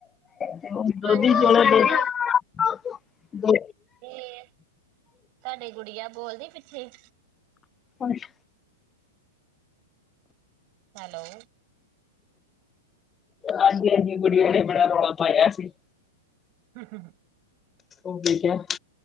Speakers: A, on the left; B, on the right.
A: ਤੇ ਹੁਣ ਦੁੱਧ
B: ਹਾਂਜੀ
A: ਹੀ ਚਲੋ
B: ਹਾਂਜੀ ਨਾਲੇ
A: ਦੁੱਧ
B: ਇਹ ਤੁਹਾਡੀ ਗੁੜੀਆ ਬੋਲਦੀ ਪਿੱਛੇ
A: ਅੱਛ
B: ਹੈਲੋ
A: ਹਾਂਜੀ ਹਾਂਜੀ ਗੁੜੀਆਂ ਨੇ ਬੜਾ ਰੌਲਾ ਪਾਇਆ ਸੀ।
B: ਹੂੰ-ਹੂੰ
A: ਉਹ ਬਿਕਿਆ